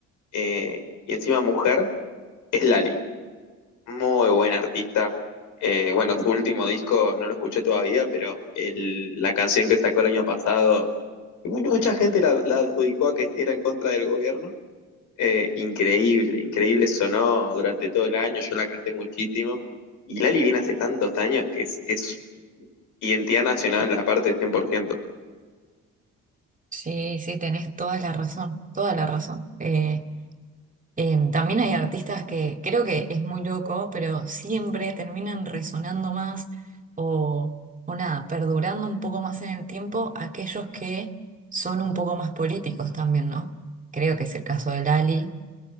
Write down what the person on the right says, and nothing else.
Sí, sí, tenés toda la razón, toda la razón. Eh, eh, también hay artistas que creo que es muy loco, pero siempre terminan resonando más o, o nada, perdurando un poco más en el tiempo aquellos que son un poco más políticos también, ¿no? Creo que es el caso de Lali,